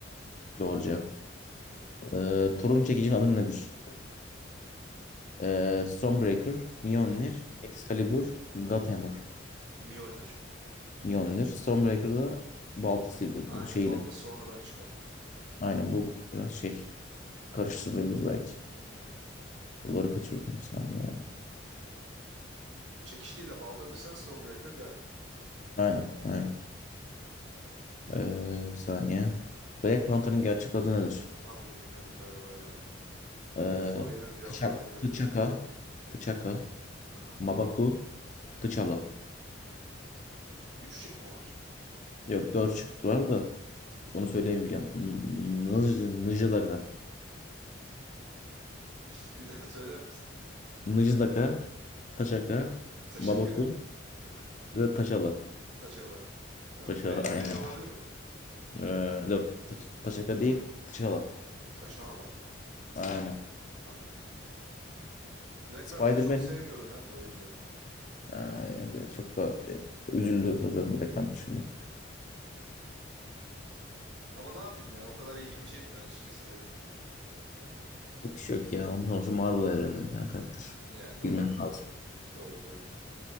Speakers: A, on the left (about 40°); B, on the right (about 70°).
A: Doğru cevap.
B: Hı hı.
A: Ee, Thor'un çekicinin adı nedir? Ee, Stormbreaker, Mjolnir,
B: Hı hı.
A: Excalibur, Godhammer.
B: Mjolnir.
A: Mjolnir. Stormbreaker da baltasıydı
B: İ- Aynen
A: bu şeyle.
B: balta sonradan çıkan.
A: Aynen bu biraz şey karıştırılabilir belki.
B: Hı hı.
A: Buraları kaçırdım bir saniye.
B: Çekiç değil de balta desen Stonebreaker derdim.
A: Aynen, aynen. Ee, bir saniye. Black Panther'ın gerçek adı nedir?
B: Ha bunu bilmiyorum galiba ya.
A: Ee,
B: Sor yine de cevaplardan
A: T'Chak-
B: gidebilirim.
A: T'Chaka, T'Chaka,
B: Aha.
A: Mabaku, T'Challa.
B: Üç şık mı var?
A: Yok dört çıktılar da onu söyleyemeyeceğim. N- N- Nıjdaka.
B: <laughs> Bir daha söyler misin?
A: Nıjdaka, <laughs> Taçaka,
B: <laughs> Taşaka.
A: Mabaku
B: <laughs>
A: ya da Taçala.
B: Taşala. Ee,
A: Taçala
B: B,
A: aynen.
B: B olabilir mi?
A: Ee, yok Ta- Taçaka değil, Taçala.
B: Taşala.
A: Aynen.
B: Tamam. Black
A: Spider-Man
B: Panther'ı çok sevmiyorum ben de o yüzden.
A: Ay, böyle çok da e, üzüldü zaten Black Panther şimdi.
B: Ama ne yapayım ya? O kadar ilgimi çekmiyor açıkçası benim.
A: Çok iş yok ya. Ondan sonra Marvel evreninden bir tane karakter.
B: Yani doğru.
A: Bilmem lazım.
B: Doğru doğru.